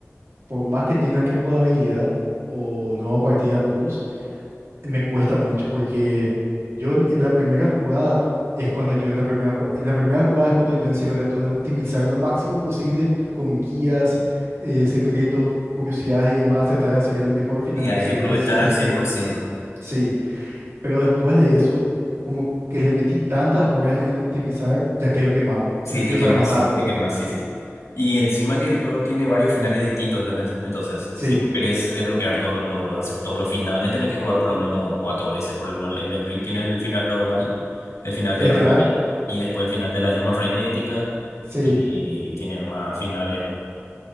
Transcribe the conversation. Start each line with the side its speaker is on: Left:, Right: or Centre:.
Right: por más que tenga que jugabilidad o nueva partida plus, me cuesta mucho porque yo en, en la primera jugada es cuando yo en la primera jugada, en la primera jugada es cuando yo en serio trato de optimizar lo máximo posible con guías, eh, secretos, curiosidades y demás, tratar de hacer el mejor final
Left: Y ahí
Right: posible
Left: aprovechas
Right: si es
Left: al
Right: que se
Left: cien
Right: puede.
Left: por ciento
Right: Sí, pero después de eso, como que le metí tantas horas en optimizar, ya quedo quemado.
Left: Sí,
Right: No quiero
Left: te quemas,
Right: saber más nada del juego.
Left: te quemas, sí, sí. Y encima que el juego tiene varios finales distintos, ¿entendés? Entonces,
Right: Sí,
Left: si vos querés desbloquear todos los logros, hacer todos los finales, tenés que jugar por lo menos cuatro veces. Por lo menos el del ring tiene el final normal, el final de
Right: Estelar.
Left: Rani, y después el final de la llama frenética,
Right: Sí.
Left: y, y tiene más finales. ¿no?